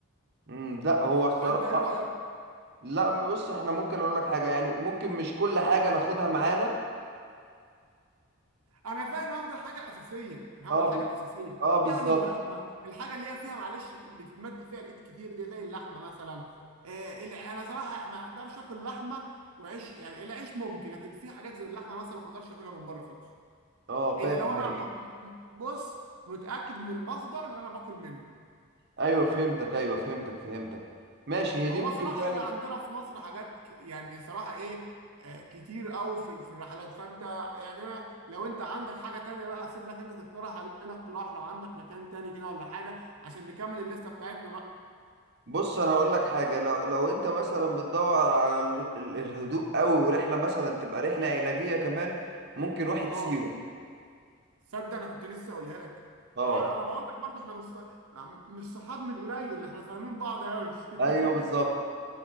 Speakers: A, on the right; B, on the right.
A: امم لا هو الصراحة
B: فانت ايه رايك
A: لا م- بص احنا ممكن اقول لك حاجة يعني ممكن مش كل حاجة ناخدها معانا
B: انا فاهم هاخد الحاجه الاساسيه انا هاخد
A: اه
B: الحاجه
A: ب...
B: الاساسيه
A: اه بالظبط
B: يعني اللحمه الحاجه اللي هي فيها معلش بتتمد فيها الايد كتير دي زي اللحمه مثلا آه ال- انا صراحه ما اقدرش اكل لحمه وعيش يعني العيش ممكن لكن في حاجات زي اللحمه مثلا ما اقدرش اكلها من بره خالص
A: اه
B: الا
A: فاهم
B: لو انا
A: ايوه
B: م- م- بص متاكد من المصدر اللي انا باكل منه
A: أيوة، فهمتك ايوه فهمتك فهمتك ماشي هي
B: هو
A: دي ممكن
B: صراحة
A: فعلا
B: احنا عندنا في مصر حاجات ك- يعني صراحة ايه آه، كتير قوي في في الرحلات فانت يعني انا لو انت عندك حاجة تانية بقى اسيب لك انت تقترح علينا اقتراح لو عندك مكان تاني كده ولا حاجة عشان نكمل الليستة بتاعتنا بقى
A: بص انا هقول لك حاجه لو لو انت مثلا بتدور على ال- ال- الهدوء قوي ورحله مثلا تبقى رحله علاجيه كمان ممكن واحد
B: اه
A: سيوه
B: صدق انا كنت لسه اقولها لك
A: اه
B: وع- انا بقول لك برضه احنا مش ص- مش صحاب من قليل احنا فاهمين بعض قوي <laughs>
A: ايوه بالظبط